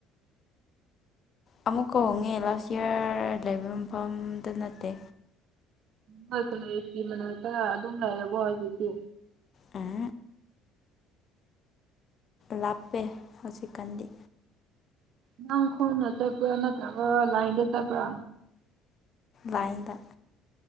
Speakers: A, on the left; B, on the right.
A: ꯑꯃꯨꯛꯀ ꯍꯣꯡꯉꯦ ꯂꯥꯁ ꯏꯌꯔ ꯂꯩꯕ ꯃꯐꯝꯗꯣ ꯅꯠꯇꯦ
B: ꯅꯣꯏ ꯀꯣꯂꯦꯁꯀꯤ ꯃꯅꯥꯛꯇ ꯑꯗꯨꯝ ꯂꯩꯔꯕꯣ ꯍꯧꯖꯤꯛꯇꯤ
A: ꯎꯝ ꯂꯞꯄꯦ ꯍꯧꯖꯤꯛꯀꯥꯟꯗꯤ
B: ꯅꯪ ꯈꯣꯡꯅ ꯆꯠꯄ꯭ꯔ ꯅꯠꯇ꯭ꯔꯒ ꯂꯥꯏꯟꯗ ꯆꯠꯄ꯭ꯔ
A: ꯂꯥꯏꯟꯗ